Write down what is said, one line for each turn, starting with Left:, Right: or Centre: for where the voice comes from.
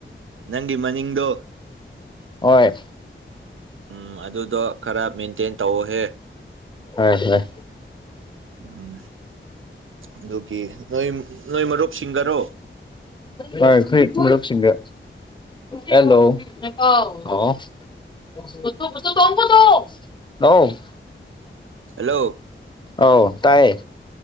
Right: ꯅꯪꯒꯤ ꯃꯅꯤꯡꯗꯣ
Left: ꯍꯣꯏ
Right: ꯎꯝ ꯑꯗꯨꯗꯣ ꯈꯔ ꯃꯦꯟꯇꯦꯟ ꯇꯧꯑꯣꯍꯦ
Left: ꯍꯣꯢ ꯍꯣꯢ
Right: ꯎꯝ ꯑꯗꯨꯒꯤ ꯅꯣꯏ ꯅꯣꯏ ꯃꯔꯨꯞ ꯁꯤꯡꯒꯔꯣ
Left: ꯍꯣꯏ ꯑꯩꯈꯣꯏ ꯃꯔꯨꯞꯁꯤꯡꯒ ꯍꯦꯜꯂꯣ ꯍꯥꯎ ꯑ <unintelligible>
Right: ꯍꯜꯂꯣ
Left: ꯑꯥꯎ ꯇꯥꯏꯌꯦ